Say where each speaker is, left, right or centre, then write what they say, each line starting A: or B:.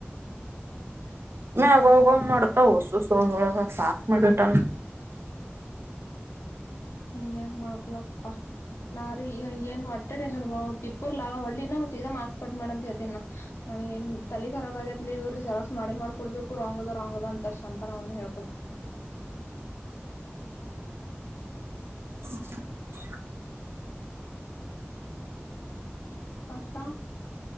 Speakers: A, on the left; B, on the right.
A: <inaudible>
B: ಅಗೌ ಅಗೋ್ ಮಾಡ್ತ ಸು ಸ ಸಾಫ ಮಾಡಟ
A: ನೀನ್ಯ ಮಣಕಲ್ಲ ಪತಾ ನಾರ ಏನ್ ಹೊಟ್ಟೆ ಟೆನ್ನ್ ತಿಪ್ಪೂರ್ ಲಾಗ ಹೊ ನ ಸೀಾ ಮಾರ್ಕ್ಸ್ ಕಟ್ ಮಾಡಂತ ಹೇತನ ನಾ ಏನ್ ತಲಿಖರಾಬ ಆಗ್ಯತ್ಲಿ ಇವ್ರರು ಜರಾಕ್ಸ್ ಮಾಡಿ ಮಾಡ್ಕೊಡ್ಬೇಕು ರಾಂಗ ಅದ ರಾಂಗ ಅದ ಅಂತರ್ ಅಂತ ನಾವನ್ ಹೇಳ್ಕೋದು
B: <inaudible>
A: ಮತ್ತ